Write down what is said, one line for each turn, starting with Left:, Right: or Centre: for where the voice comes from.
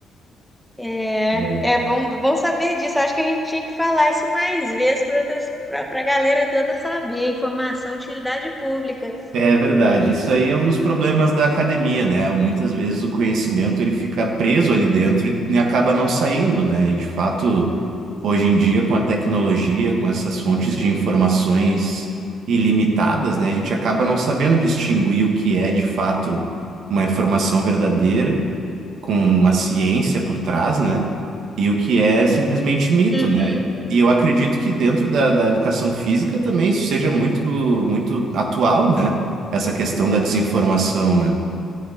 Centre: É,
Right: É,
Centre: é bom, bom saber disso. Eu acho que a gente tinha que falar isso mais vezes para outras, para a galera toda saber. Informação, utilidade pública.
Right: é verdade. Isso aí é um dos problemas da academia, né? Muitas vezes o conhecimento ele fica preso ali dentro e acaba não saindo, né? E de fato, hoje em dia, com a tecnologia, com essas fontes de informações ilimitadas, né? A gente acaba não sabendo distinguir o que é de fato uma informação verdadeira com uma ciência por trás, né? E o que é simplesmente mito,
Centre: Uhum.
Right: né? E eu acredito que dentro da, da educação física também isso seja muito, muito atual, né? Essa questão da desinformação, né?